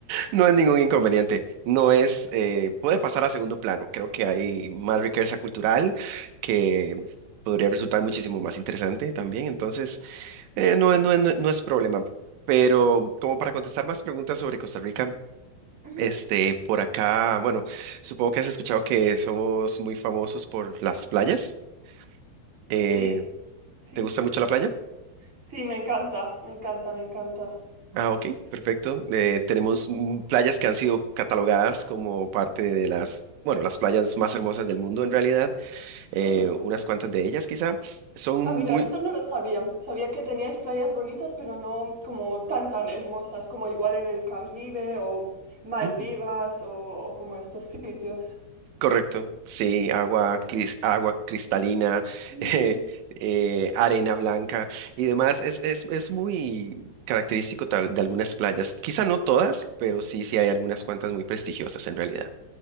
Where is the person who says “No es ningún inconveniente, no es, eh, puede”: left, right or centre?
Right